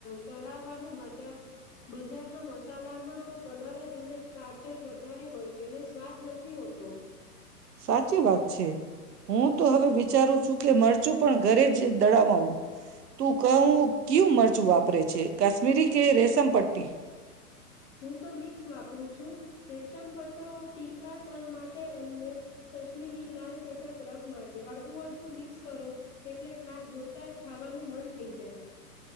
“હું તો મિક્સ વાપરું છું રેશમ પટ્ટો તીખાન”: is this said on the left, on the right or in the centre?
Left